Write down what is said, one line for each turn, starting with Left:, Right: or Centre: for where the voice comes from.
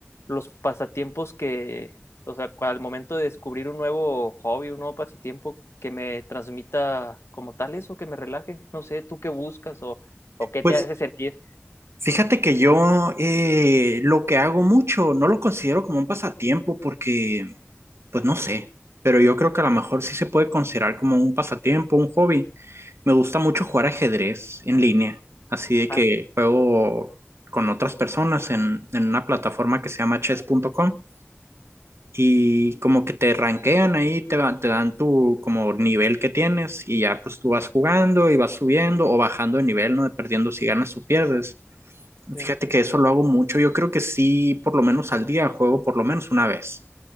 Left: los pasatiempos que, o sea, cu- al momento de descubrir un nuevo hobby, un nuevo pasatiempo, que me transmita como tal eso, que me relaje. No sé, ¿tú qué buscas o, o qué
Right: Pues
Left: te hace sentir?
Right: Fíjate que yo eh, lo que hago mucho no lo considero como un pasatiempo porque Pues no sé, pero yo creo que a lo mejor sí se puede considerar como un pasatiempo, un hobby. Me gusta mucho jugar ajedrez en línea, así de
Left: Ah,
Right: que juego con otras personas en, en una plataforma que se llama chess.com y como que te rankean ahí, te, va- te dan tu como nivel que tienes y ya pues tú vas jugando y vas subiendo o bajando de nivel, ¿no? Dependiendo si ganas o pierdes.
Left: sí,
Right: Fíjate que eso lo hago mucho, yo creo que sí, por lo menos al día juego por lo menos una vez.